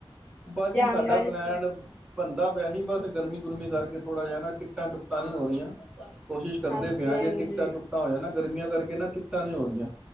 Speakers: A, in the centre; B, on the left (about 15°).
A: ਬਸ ਜੀ
B: ਜਾਂਦਾ
A: ਸਾਡਾ
B: ਜਿੱਥੇ
A: ਪਲੈਨ ਬੰਦਾ ਪਿਆ ਸੀ ਬਸ ਗਰਮੀ-ਗੁਰਮੀ ਕਰਕੇ ਥੋੜਾ ਜਿਹਾ ਨਾ ਟਿਕਟਾਂ ਟੁਕਟਾਂ ਨੀ ਹੋ ਰਹੀਆਂ। ਕੋਸ਼ਿਸ਼ ਕਰਦੇ
B: ਹਾਂਜੀ
A: ਪਏ ਹਾਂ
B: ਹਾਂਜੀ
A: ਜੇ ਟਿਕਟਾਂ ਟੁਕਟਾ ਹੋ ਜਾਣ ਨਾ ਗਰਮੀਆਂ ਕਰਕੇ ਕਹਿੰਦਾ ਟਿਕਟਾਂ ਨੀ ਹੋ ਰਹੀਆਂ।